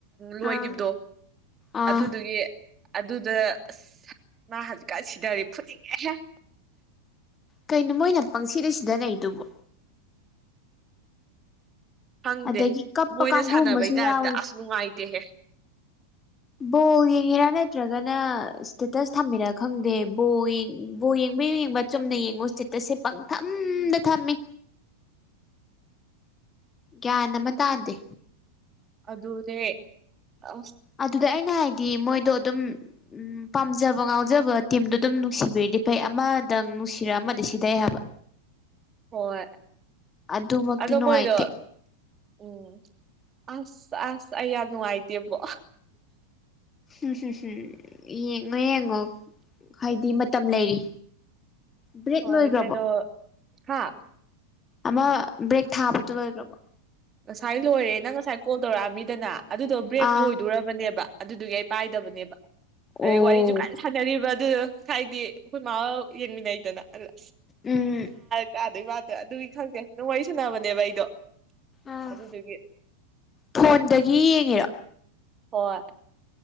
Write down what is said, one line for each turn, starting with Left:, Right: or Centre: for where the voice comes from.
Right: ꯂꯣꯏꯈꯤꯕꯗꯣ
Left: ꯑꯥ ꯑꯥ
Right: ꯑꯗꯨꯗꯨꯒꯤ ꯑꯗꯨꯗ ꯑꯁ ꯃꯥ ꯍꯧꯖꯤꯛꯀꯥꯟ ꯁꯤꯗꯔꯤ ꯐꯨꯗꯤꯒꯦꯍꯦꯛ
Left: ꯀꯩꯅꯣ ꯃꯣꯏꯅ ꯄꯪꯁꯤꯗ ꯁꯤꯗꯅꯩ ꯗꯨꯕꯣ
Right: ꯐꯪꯗꯦ
Left: ꯑꯗꯒꯤ ꯀꯞꯄ
Right: ꯃꯣꯏꯅ
Left: ꯀꯥꯡꯕꯨ
Right: ꯁꯥꯟꯅꯕꯩ
Left: ꯑꯃꯁꯨ
Right: ꯇꯥꯏꯞꯇ
Left: ꯌꯥꯎꯔꯤ
Right: ꯑꯁ ꯅꯨꯡꯉꯥꯏꯇꯦꯍꯦ
Left: ꯕꯣꯜ ꯌꯦꯡꯉꯤꯔꯥ ꯅꯠꯇ꯭ꯔꯒꯅ ꯏꯁꯇꯦꯇꯁ ꯊꯝꯕꯤꯔ ꯈꯪꯗꯦ ꯕꯣ ꯕꯣꯜ ꯌꯦꯡꯕꯨ ꯌꯦꯡꯕ ꯆꯨꯝꯅ ꯌꯦꯡꯉꯨ ꯆꯤꯠꯇꯁꯦ ꯄꯪꯊꯝꯗ ꯊꯝꯃꯤ ꯒ꯭ꯌꯥꯟ ꯑꯃ ꯇꯥꯗꯦ
Right: ꯑꯗꯨꯗꯅꯦꯦ ꯑ
Left: ꯑꯗꯨꯗ ꯑꯩꯅ ꯍꯥꯏꯗꯤ ꯃꯣꯏꯗꯣ ꯑꯗꯨꯝ ꯎꯝ ꯄꯥꯝꯖꯕ ꯉꯥꯎꯖꯕ ꯇꯤꯝꯗꯨ ꯑꯗꯨꯝ ꯅꯨꯡꯁꯤꯕꯤꯔꯗꯤ ꯐꯩ ꯑꯃꯗꯪ ꯅꯨꯡꯁꯤꯔ ꯑꯃꯗꯤ ꯁꯤꯗꯩ ꯍꯥꯏꯕ <unintelligible>
Right: ꯍꯣꯏ
Left: ꯑꯗꯨꯃꯛꯇꯤ
Right: ꯑꯗꯣ
Left: ꯅꯨꯡꯉꯥꯏꯇꯦ
Right: ꯃꯣꯏꯗꯣ ꯎꯝ ꯑꯁ ꯑꯁ ꯑꯩ ꯌꯥꯝ ꯅꯨꯡꯉꯥꯏꯇꯦꯕꯣ
Left: ꯎꯝ ꯍꯝ ꯍꯝ ꯌꯦꯡꯉꯣ ꯌꯦꯡꯉꯣ ꯍꯥꯏꯗꯤ ꯃꯇꯝ ꯂꯩꯔꯤ ꯕ꯭ꯔꯦꯛ
Right: ꯍꯣꯏ
Left: ꯂꯣꯏꯒ꯭ꯔꯕꯣ
Right: ꯀꯩꯅꯣ ꯍꯥꯥ
Left: ꯑꯃ ꯕ꯭ꯔꯦꯛ ꯊꯥꯕꯗꯨꯣ ꯂꯣꯏꯈ꯭ꯔꯕꯣ
Right: ꯉꯁꯥꯏ ꯂꯣꯏꯔꯦ ꯅꯪ ꯉꯁꯥꯏ ꯀꯣꯜ ꯇꯧꯔꯛꯑꯃꯤꯗꯅ ꯑꯗꯨꯗꯣ ꯕ꯭ꯔꯦꯛ
Left: ꯑꯥ
Right: ꯂꯣꯏꯗꯣꯔꯕꯅꯦꯕ ꯑꯗꯨꯗꯨꯒꯤ ꯑꯩ ꯄꯥꯏꯗꯕꯅꯦꯕ
Left: ꯑꯣ
Right: ꯑꯗꯩ ꯋꯥꯔꯤꯁꯨ ꯀꯥꯟ ꯁꯥꯟꯅꯔꯤꯕ ꯑꯗꯨ ꯍꯥꯏꯗꯤ ꯑꯩꯈꯣꯏ ꯃꯥ ꯌꯦꯡꯃꯤꯟꯅꯩꯗꯅꯁ
Left: ꯎꯝ
Right: ꯀꯥꯗꯣꯏ ꯋꯥꯗꯣ ꯑꯗꯨꯒꯤ ꯈꯪꯗꯦ ꯅꯨꯡꯉꯩ ꯁꯨꯅꯕꯅꯦꯕ ꯑꯩꯗꯣ
Left: ꯑꯥ
Right: ꯑꯗꯨꯗꯨꯒꯤ
Left: ꯐꯣꯟꯗꯒꯤ ꯌꯦꯡꯉꯦꯔ
Right: ꯍ